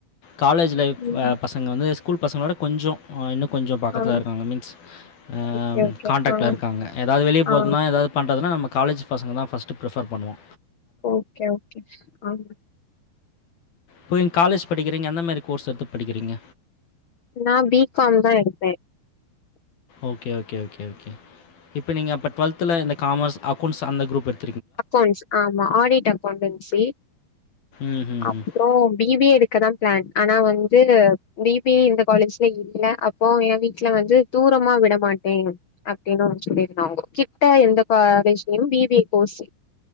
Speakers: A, on the left; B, on the left.
A: காலேஜ் லைஃப்
B: ம்
A: அ பசங்க வந்து ஸ்கூல் பசங்களோட கொஞ்சு அ இன்னு கொஞ்சு பக்கத்துல
B: ஆ
A: இருக்காங்க மீன்ஸ் அ
B: ஓகே ஓகே
A: கான்டாக்ட்ல
B: ஆ
A: இருக்காங்க எதாவது வெளியே போறதுன்னா
B: ஆ
A: எதாவது பண்ணண்றதுனா நம் காலேஜ் பசங்க தா ஃபஸ்ட்டு் ஃப்ரிஃபர் பண்ணுவோ
B: ஓக்கே ஓக்கே ஆ
A: போயி காலேஜ் படிக்கிறீங்க எந்த மாரி கோர்ஸ் எடுத்து படிக்கிறீங்க
B: நா பி காம் தா எடுப்பே
A: ஓகே, ஓகே, ஓகே, ஓகே. இப்ப நீங்க அப்ப டுவெல்த் துல இந்த காமர்ஸ் அக்கௌண்ட்ஸ் அந்த குரூப் எடு
B: அக்கௌண்ட்ஸ் ஆமா ஆடிட் அக்கௌண்டன்சி
A: ம்ஹ்ஹ்ம்.
B: அப்ற பி பி ஏ எடுக்கதா பிளான் ஆனா வந்து பி பி ஏ இந்த காலேஜ்ல இல்ல அப்போ எ வீட்ல வந்து தூரமா விட மாட்டே அப்டின்னு ஒரு சொல்லிருந்தாங்கோ கிட்ட எந்த காலேஜ்லயு பி பி ஏ கோர்ஸ்